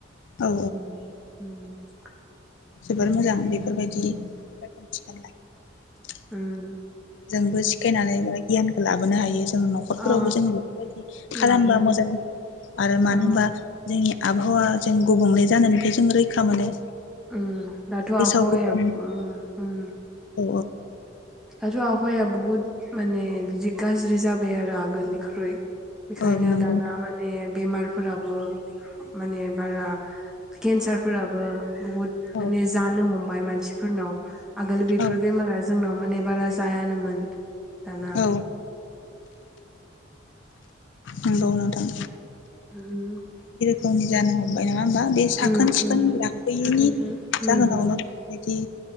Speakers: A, on the left; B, in the centre.
A: औ
B: ओ ओ
A: जोबोर मोजां बेफोरबायदि साखिन सिखोन लाख
B: ओम
A: जोंबो सिखायनानै <unintelligible> गियानखौ लाबो बोनो हायो जों न'खरफोरावबो
B: ओ
A: जोङो बिफोर बादि खालामबा
B: लाबोनो हायो
A: मोजां आरो मानो
B: ओ
A: ओमबा जोंनि आबहावा जों गुबुंले जानायनिफ्राय जों रैखा मोनो
B: उम दाथ'
A: गेसाव
B: आबहावा
A: गोफोन
B: या उम उम
A: औ
B: दाथ' आबहावाया बुहुत माने जि गाज्रि जाबाय आरो आगोलनिख्रुइ बेखायनो
A: औ नंगौ
B: दाना माने बेमारफोराबो माने बारा केन्सार फोराबो बहुत
A: औ
B: माने जानो हम फाइ मानसिफोरनाव आगोल बेफोर
A: औ
B: बेमारा जोंनाव माने बारा जायानोमोन दाना
A: औ नंगौ नोंथां
B: उम
A: गावनि जानो हमबाय नङा होमबा बे साखोन
B: उम
A: सिखोन
B: उम
A: लाफैयैनि
B: थारैनो
A: जाहोनावनो
B: उम
A: बेबायदि